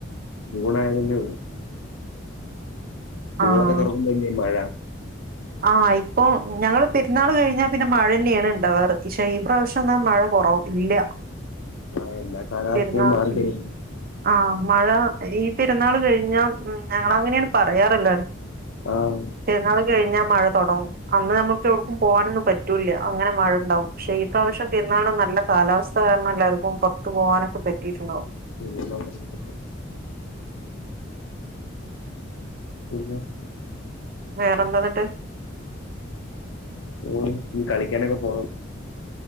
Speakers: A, on the left; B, on the right.
A: ജൂണായതല്ലേ ഒള്ളൂ സ്കൂളൊക്കെ
B: ആഹ്
A: തൊറക്കുമ്പല്ലെ മഴ.
B: ആഹ് ഇപ്പൊ ഞങ്ങള് പെര്ന്നാള് കഴിഞ്ഞാ പിന്നെ മഴെന്ന്യേണ് ഇണ്ടവാറ് പക്ഷെ ഈ പ്രാവശ്യന്നാൽ മഴ കൊറ ഇല്ല
A: ആഹ് എല്ലാ കാലാവസ്ഥയും
B: പെരുന്നാ
A: മാറിക്കിടക്കും
B: ഉം ആഹ് മഴ ഈ പെര്ന്നാൾ കഴിഞ്ഞാ ഉം ഞങ്ങളങ്ങനേണ് പറയാറ് എല്ലാരും
A: ആഹ്
B: പെര്ന്നാള് കഴിഞ്ഞാ മഴ തൊടങ്ങും അന്ന് അമ്മക്ക് എവ്ട്ക്കും പോവാനൊന്നും പറ്റൂല്ല്യ അങ്ങനെ മഴണ്ടാവും പക്ഷേ ഈ പ്രാവശ്യം പെരുന്നാളിന് നല്ല കാലാവസ് ഥ കാരണം എല്ലാർക്കും പൊർത്ത് പോവാനൊക്കെ പറ്റീര്ന്നു
A: പിന്നെ പിന്നെ
B: വേറെന്താന്നിട്ട്
A: ഓ നി കളിക്കാനൊക്കെ പോണം